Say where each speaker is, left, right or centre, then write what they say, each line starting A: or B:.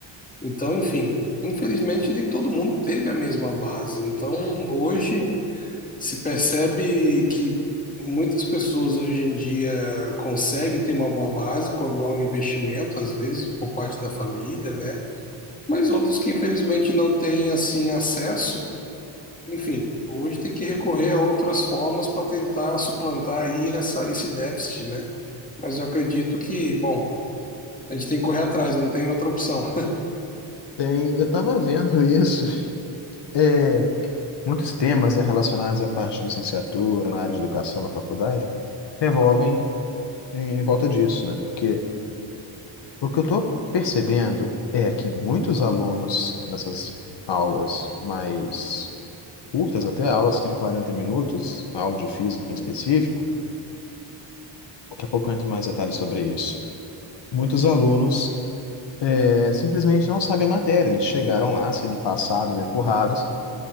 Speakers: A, on the left; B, on the left.
A: Então, enfim, infelizmente nem todo mundo teve a mesma base. Então, hoje se percebe que muitas pessoas hoje em dia conseguem ter uma boa base quando há um investimento, às vezes por parte da família, né? Mas outros que infelizmente não têm assim acesso, enfim, hoje tem que recorrer a outras formas para tentar suplantar aí essa, esse déficit, né? Mas eu acredito que, bom, a gente tem que correr atrás, não tem outra opção.
B: Tem, eu estava vendo isso, é, muitos temas, né, relacionados à parte de licenciatura, na área de educação, na faculdade, revolvem em volta disso, né? Porque O que eu estou percebendo é que muitos alunos nessas aulas mais curtas, até aulas que têm 40 minutos, aulas de física em específico, daqui a pouco eu entro em mais detalhes sobre isso. Muitos alunos eh, simplesmente não sabem a matéria, eles chegaram lá sendo passados, empurrados,